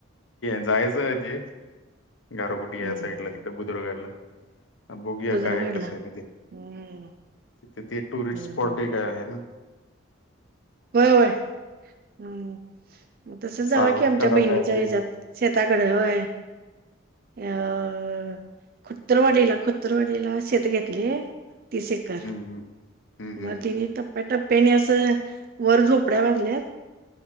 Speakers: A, on the left (about 70°); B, on the right (about 45°).
A: जायचं आहे तेऽ गारगोटी या
B: हम्म
A: साईडला,
B: हम्म.
A: तिकडं बुदुर्गडला. बोगया
B: बुजरगडला
A: काय कसं आहे? कधी?
B: हम्म
A: तिथे ते टुरिस्ट
B: हम्म
A: स्पॉट
B: हम्म
A: एक आय.
B: होय होय, ह तसच
A: सावत
B: जावा की आमच्या
A: कडा
B: बहिणीच्या
A: कायतरी
B: हच्याात. शेताकडं,, हय. अऽ,, खुतरवाडीला, खतरवाडीला शेत घेतलय. तिस एकर,,
A: हम्म हम्म हम्म
B: मग तिने टप्प्याटप्प्याने असंऽ वर झोपड्या बांधल्यात,,